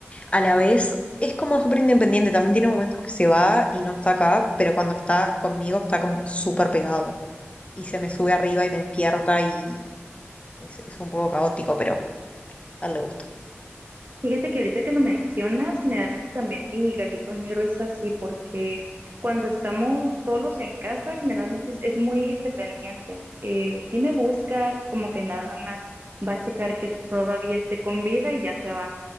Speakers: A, on the left (about 25°); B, on the right (about 45°).
A: a la vez es como súper independiente. También tiene momentos que se va y no está acá, pero cuando está conmigo está como súper pegado y se me sube arriba y me despierta y es, es un poco caótico, pero a él le gusta.
B: Fíjate que ahorita que lo mencionas, generalmente también mi gatito negro es así, porque cuando estamos solos en casa, generalmente es, es muy independiente. Eh, sí me busca, como que nada más va a checar que todavía esté con vida y ya se va.